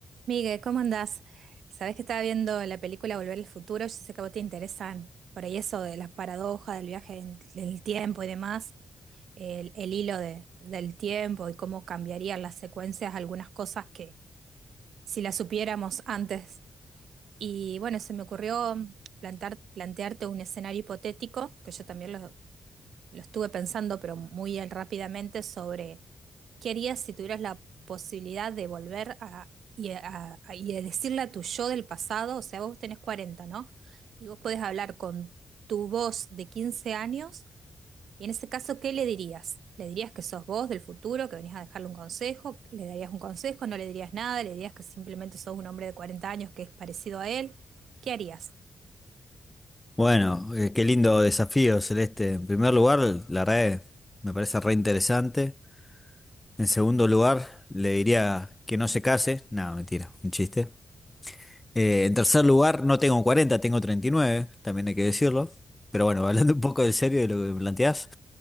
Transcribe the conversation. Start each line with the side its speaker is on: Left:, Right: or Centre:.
Right: Miguel, ¿cómo andás? Sabés que estaba viendo la película Volver al Futuro, yo sé que a vos te interesan por ahí eso de las paradojas del viaje en en el tiempo y demás, el, el hilo de- del tiempo y cómo cambiarían las secuencias algunas cosas que si las supiéramos antes. Y bueno, se me ocurrió plantar, plantearte un escenario hipotético, que yo también lo, lo estuve pensando, pero muy rápidamente, sobre ¿Qué harías si tuvieras la posibilidad de volver a, y, a- a- y de decirle a tu yo del pasado? O sea, vos tenés 40, ¿no? Y vos podés hablar con tu voz de 15 años. Y en ese caso, ¿qué le dirías? ¿Le dirías que sos vos del futuro, que venís a dejarle un consejo? ¿Le darías un consejo? ¿No le dirías nada? ¿Le dirías que simplemente sos un hombre de 40 años que es parecido a él? ¿Qué harías?
Left: Bueno, eh, qué lindo desafío, Celeste. En primer lugar, la red me parece re interesante. En segundo lugar, le diría que no se case. No, mentira, un chiste. Eh, en tercer lugar, no tengo 40, tengo 39, también hay que decirlo. Pero bueno, <laughs> hablando un poco de serio de lo que me planteás.